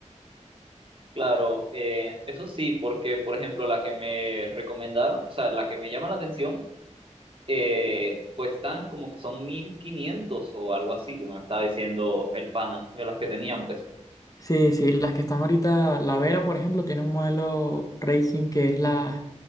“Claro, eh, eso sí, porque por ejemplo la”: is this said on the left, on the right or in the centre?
Right